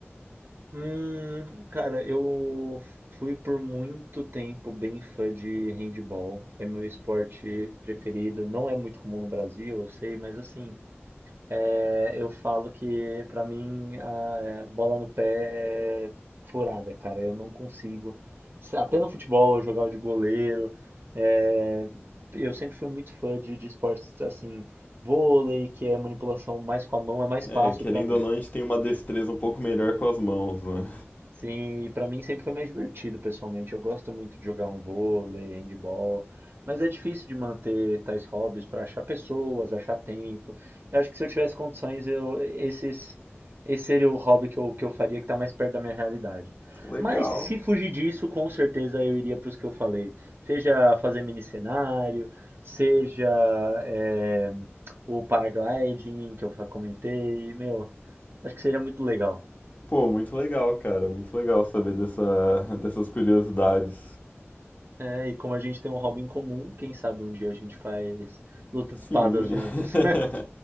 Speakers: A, on the right; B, on the left.
A: Hum, cara, eu fui por muito tempo bem fã de handball. É meu esporte preferido. Não é muito comum no Brasil, eu sei, mas assim, É, eu falo que pra mim a é, bola no pé é furada, cara. Eu não consigo. Se- Até no futebol eu jogava de goleiro. é, eu sempre fui muito fã de, de esportes assim, vôlei, que é manipulação mais com a mão, é mais
B: É,
A: fácil
B: querendo
A: pra mim.
B: ou não, a gente tem uma destreza um pouco melhor com as mãos, né?
A: Sim, e pra mim sempre foi mais divertido, pessoalmente. Eu gosto muito de jogar um vôlei, handball, mas é difícil de manter tais hobbies pra achar pessoas, achar tempo. Eu acho que se eu tivesse condições, eu esses esse seria o hobby que eu, que eu faria que tá mais perto da minha realidade.
B: Legal.
A: Mas se fugir disso, com certeza eu iria para pros que eu falei. Seja fazer mini cenário, seja eh, o paragliding que eu fa- comentei, meu, acho que seria muito legal.
B: Pô, muito legal, cara. Muito legal saber dessa, dessas curiosidades.
A: É, e como a gente tem um hobby em comum, quem sabe um dia a gente faz luta
B: Sim.
A: de espadas juntos.
B: <laughs>